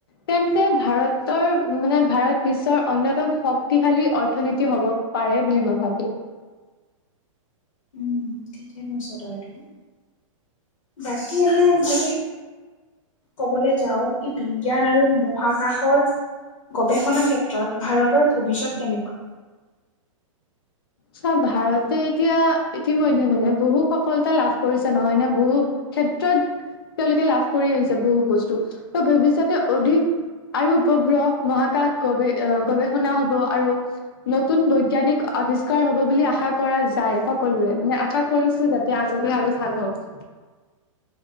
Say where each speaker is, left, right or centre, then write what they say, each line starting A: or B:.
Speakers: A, on the left; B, on the left.
A: তেন্তে ভাৰতৰ, মানে ভাৰত বিশ্বৰ অন্যতম শক্তিশালী অৰ্থনীতি হ'ব পাৰে বুলি মই ভাবো।
B: উম, <unintelligible> বাকী এনে যদি ক'বলৈ যাওঁ, কি বিজ্ঞান আৰু মহাকাশৰ গৱেষণাৰ ক্ষেত্ৰত ভাৰতৰ ভৱিষ্যত কেনেকুৱা?
A: চা ভাৰতে এতিয়া, ইতিমধ্যে মানে, বহু সফলতা লাভ কৰিছে, নহয় নে, বহু ক্ষেত্ৰত, তেওঁলোকে লাভ কৰি আহিছে বহু বস্তু ত ভৱিষ্যতে অধিক আৰু উপগ্ৰহ মহাকাশ গৱ গৱেষণা হ'ব আৰু নতুন বৈজ্ঞানিক আবিষ্কাৰ হ'ব বুলি আশা কৰা যায় সকলোৰে, মানে আশা কৰিছো যাতে আগলৈ আৰু ভাল হওঁক।